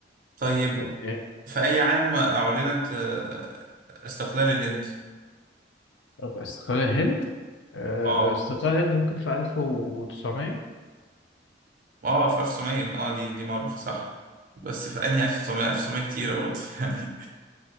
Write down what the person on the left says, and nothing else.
أوكي
طب استقلال الهند آه
استقلال الهند ممكن في 1900